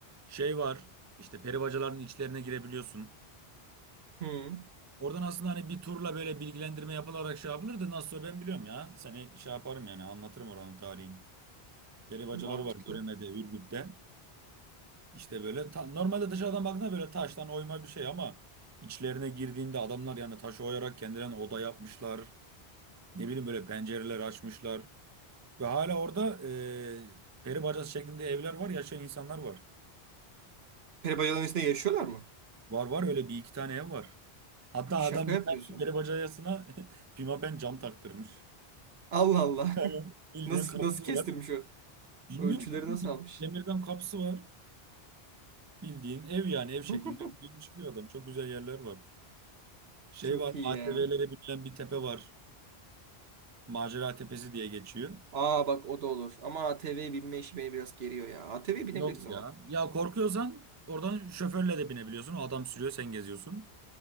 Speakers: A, on the right; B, on the right.
A: Şey var işte peri bacaların içlerine girebiliyorsun.
B: Hı,
A: Oradan aslında hani bir turla böyle bilgilendirme yapılarak şey yapılır da nasıl o ben biliyorum ya. Seni şey yaparım yani anlatırım oranın tarihini. Peri bacaları
B: mantıklı.
A: var Göreme'de, Ürgüp'te. İşte böyle ta- normalde dışarıdan baktığında böyle taştan oyma bir şey ama içlerine girdiğinde adamlar yani taşı oyarak kendilerine oda yapmışlar. Ne bileyim böyle pencereler açmışlar. Ve hala orada e, peri bacası şeklinde evler var yaşayan insanlar var.
B: Peri bacalarının içinde yaşıyorlar mı?
A: Var var öyle bir iki tane ev var. Hatta
B: Şaka
A: adam
B: yapıyorsun.
A: bir tane peri bacayasına <laughs> pimapen cam taktırmış.
B: Allah Allah.
A: <laughs>
B: <laughs>
A: Bildiğin
B: Nasıl
A: kapısı
B: nasıl kestirmiş
A: var.
B: o?
A: Bilmiyorum.
B: Ölçüleri nasıl almış?
A: Demirden kapısı var. Bildiğin ev yani ev şeklinde
B: <laughs>
A: gidiyor çıkıyor adam. Çok güzel yerler var. Şey
B: Çok
A: var
B: iyi
A: ATV'lere
B: ya.
A: binilen bir tepe var. Macera Tepesi diye geçiyor.
B: Aa bak o da olur. Ama ATV'ye binme işi beni biraz geriyor ya. A ATV'ye binebiliriz
A: Yok
B: ama.
A: ya. Ya korkuyorsan oradan şoförle de binebiliyorsun. O adam sürüyor sen geziyorsun.